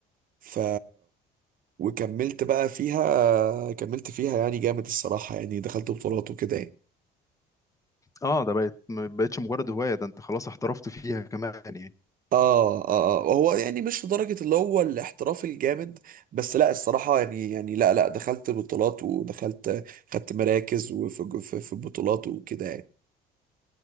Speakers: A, on the right; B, on the left.
A: ف وكملت بقى فيها كملت فيها يعني جامد الصراحة يعني دخلت بطولات وكده يعني
B: اه ده بقت ما بقتش مجرد هواية ده انت خلاص احترفت فيها كمان يعني
A: آه, اه اه هو يعني مش لدرجة اللي هو الاحتراف الجامد بس لا الصراحة يعني يعني لا لا دخلت بطولات ودخلت خدت مراكز وفي في, في بطولات وكده يعني